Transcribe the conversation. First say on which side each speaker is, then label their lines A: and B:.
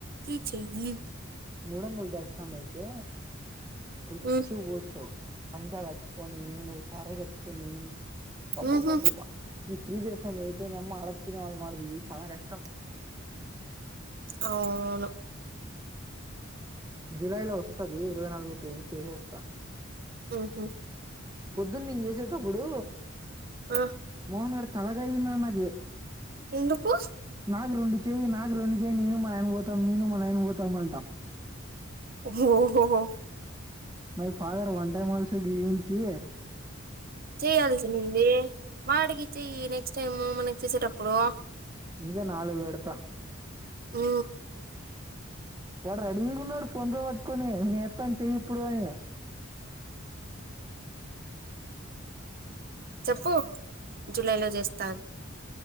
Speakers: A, on the right; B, on the right.
A: కి చెయ్యి.
B: మూడొందలు దర్శనం అయితే రిచ్చ్
A: ఉమ్
B: గా పోవచ్చు. పంచా గట్టుకొని నువ్వు శారీ గట్టుకొని. బబ్బబ్బబ్బబ్బా
A: ఉహు
B: ఈ ఫ్రీ ధర్శనం అయితేనే అమ్మ ఆడక్తినే వాళ్ మాదిరి. చానా కష్టం.
A: ఆవును.
B: జులై లో వస్తది ఇరవై నాలుగో తేదీ చేసేస్తా.
A: మ్ హు
B: పొద్దున్న నేను చేసేతప్పుడు
A: ఆ
B: మోహన్ గాడు తలగైనా నాకే
A: ఎందుకు
B: నాకు రెండు చేయి నాకు రెండు చేయి నేను మా ఆయన పోతం నేను నాయన పోతం అంట.
A: ఓహో హో హొ.
B: My father one time also డివెన్సీ.
A: చెయల్సింది వాడికిచ్చి నెక్స్ట్ టైమ్ మనక్ చేసేటప్పుడు
B: వీడియో నాలుగు పెడ్త
A: మ్
B: వాడ్ రెడీ ఉన్నడు ఫోన్ పే పట్కొని త్తం చెయ్యి ఇప్పుడు అగ్
A: చెప్పు జులైలో చేస్తా అన్